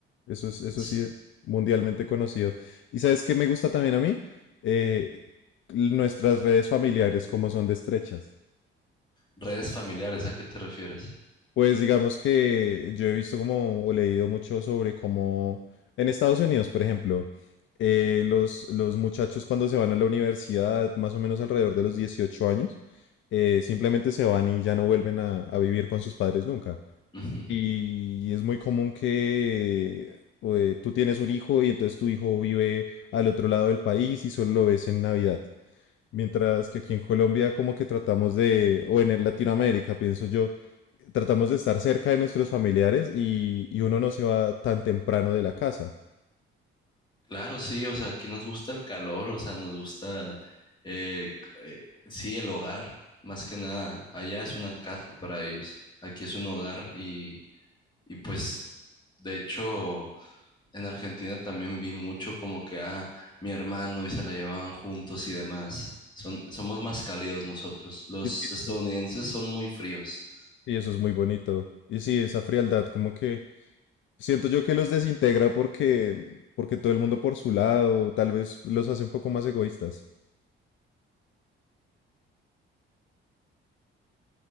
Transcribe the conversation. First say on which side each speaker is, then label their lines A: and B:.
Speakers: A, on the left; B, on the left.
A: Eso es, eso
B: s-
A: sí, mundialmente conocido. ¿Y sabes qué me gusta también a mí? Eh, nuestras redes familiares, como son de estrechas.
B: redes familiares, ¿a qué te refieres?
A: Pues digamos que yo he visto como o leído mucho sobre cómo en Estados Unidos, por ejemplo, eh, los, los muchachos cuando se van a la universidad, más o menos alrededor de los 18 años, eh, simplemente se van y ya no vuelven a, a vivir con sus padres nunca.
B: Ujú.
A: Y es muy común que eh, tú tienes un hijo y entonces tu hijo vive al otro lado del país y solo lo ves en Navidad. Mientras que aquí en Colombia como que tratamos de, o en el Latinoamérica, pienso yo, tratamos de estar cerca de nuestros familiares y, y uno no se va tan temprano de la casa.
B: Claro, sí, o sea, aquí nos gusta el calor, o sea, nos gusta, eh, c- eh, sí, el hogar, más que nada. Allá es una casa para ellos, aquí es un hogar y, y pues, de hecho... En Argentina también vi mucho como que, ah, mi hermano y se la llevaban juntos y demás. Son, somos más cálidos nosotros. Los
A: Y sí, eso
B: estadounidenses son muy fríos.
A: y eso es muy bonito. Y sí, esa frialdad como que siento yo que los desintegra porque, porque todo el mundo por su lado, tal vez los hace un poco más egoístas.